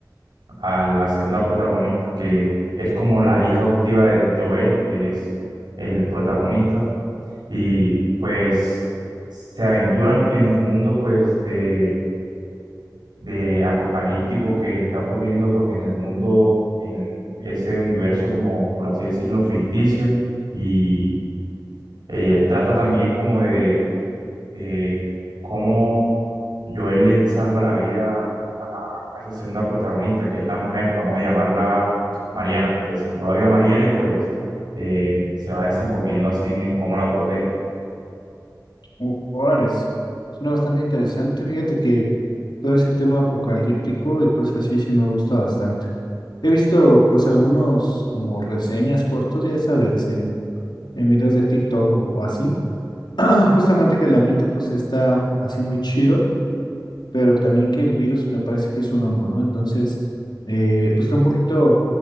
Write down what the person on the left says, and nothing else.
Ú- Órales. Suena bastante interesante. Fíjate que todo ese tema apocalíptico y cosas así sí me gusta bastante. He visto pues algunos como reseñas cortos, ya sabes, en, en videos de TikTok o, o así. <clears throat> Justamente que el ambiente pues está así muy chido pero también que el virus me parece que es un hongo, ¿no? Entonces, eh, pues está un poquito